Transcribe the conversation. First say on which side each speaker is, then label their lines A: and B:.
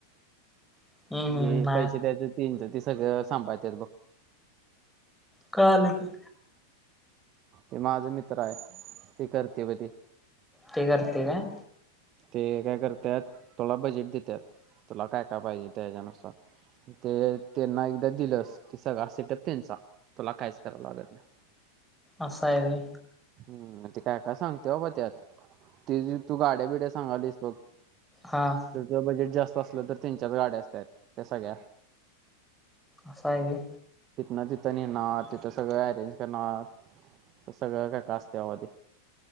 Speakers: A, in the centre; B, on the right (about 35°).
A: हम्म
B: म्हणजे
A: हम्म नाही
B: पैशे देयायचा तीनचा ते सगळं सांभाळतेत बघ.
A: काय आलं की
B: ते माझं मित्र आहे ते करते ब ते.
A: ते करते काय?
B: ते काय करत्यात तुला बजेट देतात तुला काय काय पाहिजे त्याच्यानुसार. ते त्यांना एकदा दिलंस की सगळा सेटअप त्यांचा तुला कायच कराव लागत नाही. <inaudible>
A: असा आहे रे.
B: हम्म ते काय काय सांगते बाबा त्यात ते तू गाड्या बिड्या सांगालीस बघ
A: हां.
B: तुझं बजेट जास्त असलं तर त्यांनच्याच गाड्या असतात त्या सगळ्या.
A: असायाले
B: तिथनं तिथं नेणार तिथं सगळं अरेंज करणार सगळं काय कास्तयावधी.